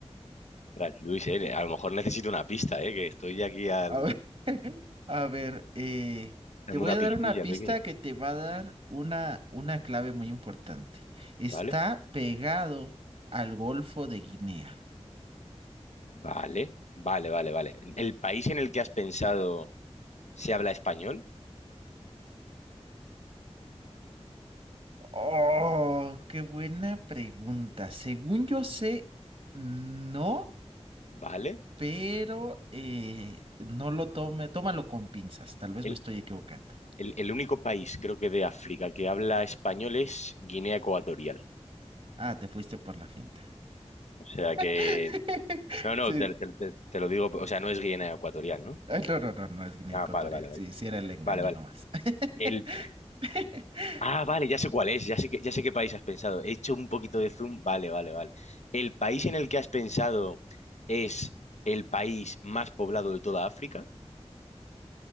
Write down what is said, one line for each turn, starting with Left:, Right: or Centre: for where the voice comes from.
Left: Tras Luis, eh, a lo mejor necesito una pista, eh, que estoy aquí al...
Right: A ver, <laughs> a ver, eh,
Left: Dame
Right: te voy
Left: una
Right: a
Left: pistilla
Right: dar una pista
Left: pequeña.
Right: que te va a dar una, una clave muy importante. Está
Left: Vale,
Right: pegado al Golfo de Guinea.
Left: vale, vale, vale, vale. ¿El país en el que has pensado se habla español?
Right: Oh, qué buena pregunta. Según yo sé, no,
Left: Vale.
Right: pero eh, no lo tome, tómalo con pinzas. Tal vez
Left: El,
Right: me estoy equivocando.
Left: el- el único país, creo que de África, que habla español es Guinea Ecuatorial.
Right: Ah, te fuiste por la finta.
Left: O sea
Right: <laughs>
Left: que... No, no,
Right: Sí,
Left: te,
Right: sí.
Left: te- te- te lo digo, o sea, no es Guinea Ecuatorial, ¿no?
Right: Ah, no, no, no, no es Guinea
Left: Ah,
Right: Ecuatorial.
Left: vale, vale, vale.
Right: Sí, sí era el engaño
Left: Vale, vale.
Right: nomás. <laughs>
Left: El...
Right: <laughs>
Left: Ah, vale, ya sé cuál es, ya sé que, ya sé qué país has pensado. He hecho un poquito de zoom. Vale, vale, vale. ¿El país en el que has pensado es el país más poblado de toda África?